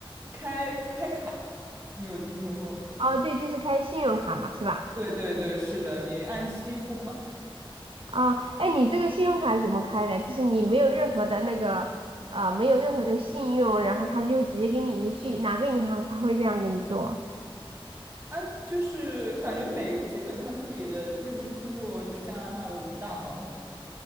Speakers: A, on the right; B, on the right.
A: 开开卡，你有听说过吗？
B: 哦，对，就是开信用卡嘛，是吧？
A: 对对对，是的，你按期付款。
B: 啊，哎，你这个信用卡是怎么开的？就是你没有任何的那个，呃，没有任何的信用，然后他就直接给你，你去哪个银行他会这样给你做？
A: 哎，就是感觉每基本上这里的，你有没有听过？就是加拿大的五大行